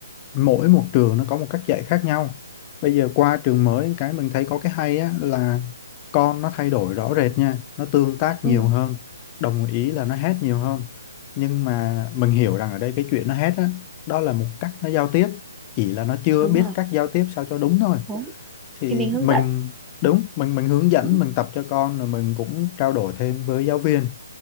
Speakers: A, on the left; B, in the centre.
A: mỗi một trường nó có một cách dạy khác nhau bây giờ qua trường mới cái mình thấy có cái hay á, là con nó thay đổi rõ rệt nha nó tương tác
B: ừ,
A: nhiều hơn đồng ý là nó hét nhiều hơn nhưng mà mình hiểu rằng ở đây cái chuyện nó hét á, đó là một cách nó giao tiếp chỉ là nó chưa
B: đúng
A: biết
B: rồi
A: cách giao tiếp sao cho đúng thôi
B: đúng
A: thì
B: thì mình hướng
A: mình
B: dẫn
A: đúng mình mình hướng dẫn
B: ừ,
A: mình tập cho con rồi mình cũng trao đổi thêm với giáo viên